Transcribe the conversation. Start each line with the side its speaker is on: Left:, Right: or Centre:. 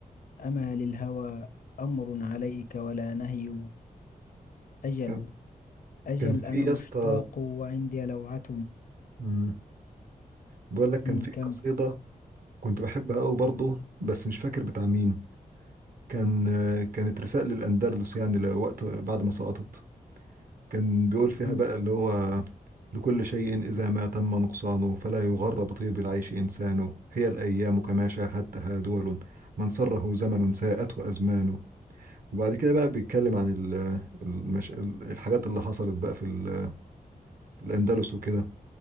Left: أما للهوى أمر عليك ولا نهي أجل
Right: كان
Left: أجل
Right: كان في
Left: أنا مشتاق
Right: يا اسطى
Left: وعندي لوعة
Right: مم، بقول لك كان
Left: أمم،
Right: في
Left: كمل
Right: قصيدة كنت بحبها قوي برضه بس مش فاكر بتاع مين كان آه، كانت رسالة للأندلس يعني لوقت بعد ما سقطت كان بيقول فيها
Left: أمم،
Right: بقى اللي هو لكل شيء إذا ما تم نقصانه فلا يغر بطيب العيش إنسانه هي الأيام كما شاهدتها دول من سره زمن ساءته أزمانه وبعد كده بقى بيتكلم عن ال- المش... الحاجات اللي حصلت بقى في ال- في الأندلس وكده